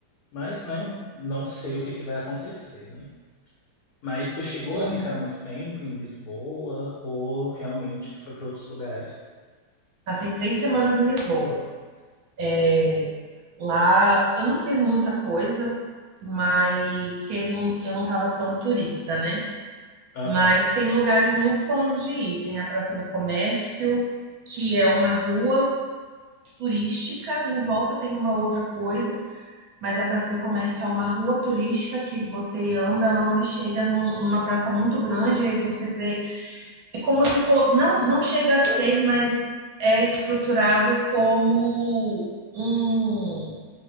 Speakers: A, on the left (about 70°); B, on the right (about 65°).
A: Mas, né, não sei o que que vai acontecer, né? Mas tu chegou
B: uhum.
A: a ficar muito tempo em Lisboa ou realmente tu foi para outros lugares?
B: Passei três semanas em Lisboa. É, Lá eu não fiz muita coisa, mas porque eu não, eu não tava tão turista, né?
A: Aham.
B: Mas tem lugares muito bons de ir. Tem a Praça do Comércio, que é uma rua turística, em volta tem uma outra coisa. Mas a Praça do Comércio é uma rua turística que você anda, anda e chega num- numa praça muito grande, aí você vê. É como se for. Não, não chega a ser,
A: Oi.
B: mas é estruturado como um